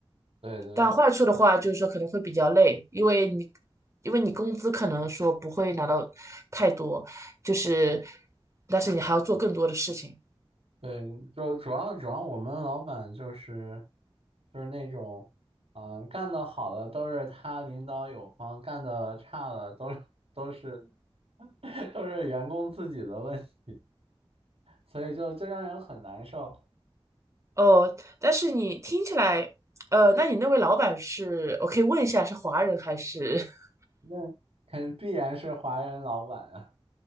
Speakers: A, on the right; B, on the right.
A: 对对。
B: 但坏处的话，就是说可能会比较累，因为你因为你工资可能说不会拿到太多，就是但是你还要做更多的事情。
A: 对，就主要主要我们老板就是就是那种，啊、干得好的都是他领导有方，干得差的都是都是 <laughs> 都是员工自己的问题，所以就就让人很难受。
B: 哦，但是你听起来，呃，那你那位老板是，我可以问一下是华人还是？<laughs>
A: 那肯必然是华人老板啊，